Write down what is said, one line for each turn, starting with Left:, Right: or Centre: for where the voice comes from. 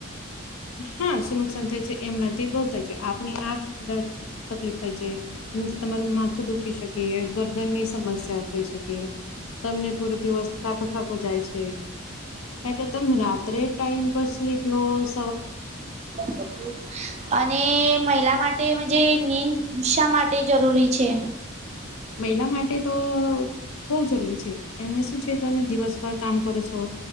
Left: હા સુું નુકસાન થાય છે એમ નથી બોલતા છે આપની આ તકલીફ થાય છે એ તમારું માથું દુખી શકે, ગરદન ની સમસ્યા થઈ શકે, તમને પૂરો દિવસ થાકો થાકો જાય છે. એટલે તમે રાત્રે ટાઈમ બસલી પ્લોસ
Right: <inaudible> અને મહિલા માટે જે નિશા માટે જરૂરી છે.
Left: મહિલા માટે તો બહ જરૂરી છે એમને શું છે તમે દિવસભર કામ કરો છો,